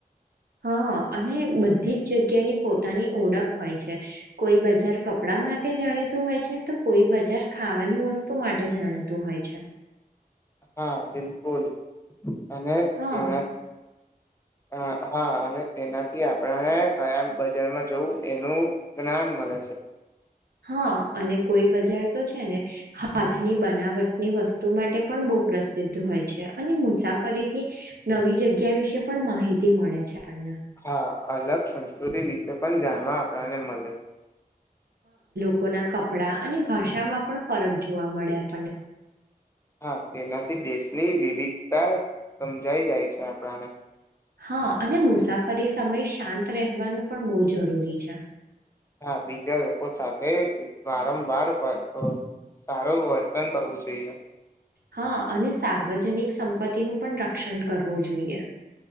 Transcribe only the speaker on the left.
હા બિલકુલ. અને
તેના હા, હા અને તેનાથી આપણાને કયા બજારમાં જવું એનું જ્ઞાન મળે છે.
હા અલગ સંસ્કૃતિ વિશે પણ જાણવા આપણાને મલે.
હા તેનાથી દેશની વિવિધતા સમજાઈ જાય છે. આપણાને
હા બીજા લોકો સાથે વારંવાર વ અહ સારું વર્તન કરવું જોઈએ.